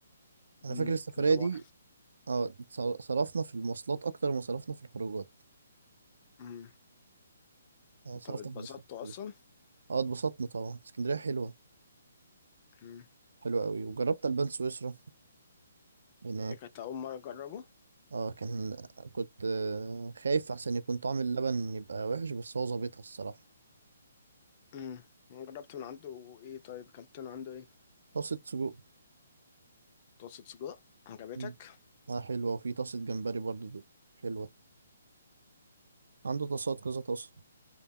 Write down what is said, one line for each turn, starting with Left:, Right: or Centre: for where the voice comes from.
Right: انا
Left: امم
Right: فاكر السفريه
Left: في طبعا
Right: دي اه صر- صرفنا في المواصلات اكتر ما صرفنا في الخروجات
Left: امم
Right: يعني صرفنا
Left: طب اتبسطتوا
Right: في المواصلات كتير.
Left: اصلا
Right: اه اتبسطنا طبعا اسكندريه حلوه
Left: امم
Right: حلوه قوي وجربت البان سويسرا هناك
Left: دي كانت اول مرة اجربه
Right: اه كان كنت آه، خايف عشان يكون طعم اللبن يبقى وحش بس هو ظابطها الصراحه
Left: امم جربت من عنده ايه طيب اكلت من عنده ايه
Right: طاسه سجق
Left: طاسة سجق عجبتك
Right: مم. اه حلوه وفي طاسه جمبري برضو دي حلوه عنده طاسات كذا طاسه